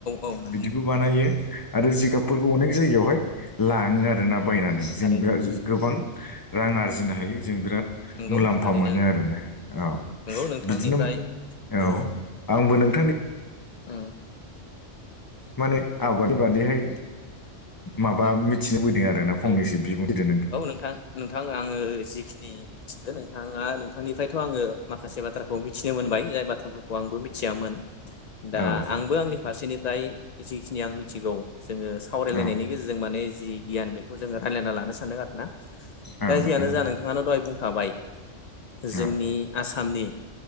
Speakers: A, on the left (about 80°); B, on the left (about 25°).
A: औ नंगौ
B: बिदिबो बानायो आरो जिगाब फोरखौ अनेक जायगायावहाय लाङो आरोना बायनानै जों
A: थारैनो
B: बे गोबां रां आरजिनो हायो जों बिराद
A: नंगौ
B: मुलाम्फा
A: थारैनो
B: मोनो आरोना औ
A: नंगौ नोंथांनिफ्राय
B: बिदिनो औ
A: दा
B: आंबो नोंथांनि
A: उम
B: माने आबादनि बादिहाय माबा
A: उम
B: मिथिनो फैदों आरोना
A: औ
B: फंनैसो बिबदों
A: औ नोंथां नोंथां आङो जिखिनि मिथिगो नोंथाङा नोंथांनिफ्रायथ' आङो माखासे बाथ्राखौ मिथिनो मोनबाय जाय बाथ्राफोरखौ आंबो मिथियामोन दा
B: औ
A: आंबो आंनि फारसेनिफ्राय जिखिनि आं मिथिगौ जोङो सावरायलायनायनि
B: औ
A: गेजेरजों माने जि गियान बेखौ जोङो रायज्लायना लानो सानदों आरो ना
B: औ
A: दा
B: नोंथां
A: जियानो जा
B: औ
A: नोंथाङानो दहाय बुं होनखाबाय जोंनि
B: औ
A: आसामनि